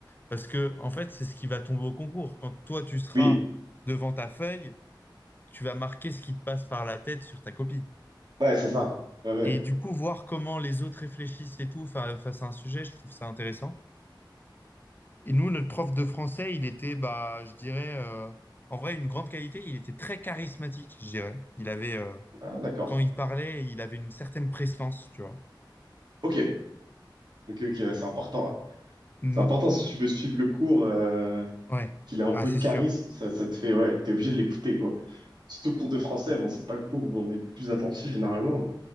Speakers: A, on the left (about 25°); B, on the right (about 65°).
A: Parce que, en fait, c'est ce qui va tomber au concours. Quand toi, tu seras
B: oui,
A: devant ta feuille, tu vas marquer ce qui te passe par la tête sur ta copie.
B: ouais, c'est ça. Ouais, ouais.
A: Et du coup, voir comment les autres réfléchissent et tout fa- face à un sujet, je trouve ça intéressant. Et nous, notre prof de français, il était, bah, je dirais, euh, en vrai, une grande qualité. Il était très charismatique, je dirais. Il avait, euh,
B: Ah, d'accord.
A: quand il parlait, il avait une certaine prestance, tu vois.
B: Ok, ok, ok, ouais, c'est important. ouais.
A: Mm,
B: C'est important si
A: mm,
B: tu veux suivre le cours, euh,
A: ouais,
B: qu'il a un peu
A: ah, c'est
B: de charisme,
A: sûr.
B: ça, ça te fait, ouais, t'es obligé de l'écouter, quoi. Surtout le cours de français, bon, c'est pas le cours où on est le plus attentif généralement. mais-